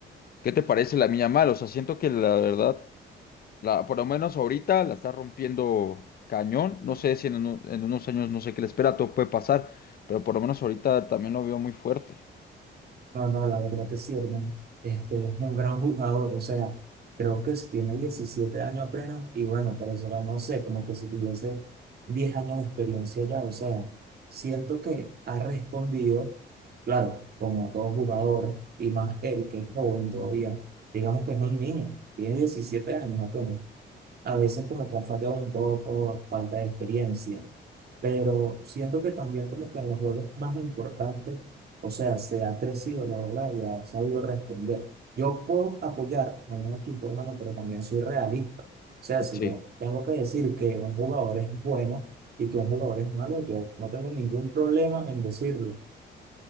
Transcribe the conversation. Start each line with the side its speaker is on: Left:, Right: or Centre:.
Left: ¿qué te parece Lamine Yamal? O sea, siento que la verdad la, por lo menos ahorita la está rompiendo cañón. No sé si en, uno- en unos años no sé qué le espera, todo puede pasar, pero por lo menos ahorita también lo veo muy fuerte.
Right: No, no, la verdad que sí, hermano. Este es un gran jugador, o sea, creo que sí tiene 17 años apenas y bueno, pero eso no sé, como que si tuviese 10 años de experiencia ya, o sea, siento que ha respondido, claro, como todo jugador y más él que es joven todavía, digamos que es un niño, tiene 17 años apenas, a veces como que ha fallado un poco, falta de experiencia, pero siento que también como que en los juegos más importantes, o sea, se ha crecido, la verdad, y ha sabido responder. Yo puedo apoyar a un equipo, hermano, pero también soy realista. O sea, si
Left: Sí.
Right: yo tengo que decir que un jugador es bueno y que un jugador es malo, yo no tengo ningún problema en decirlo.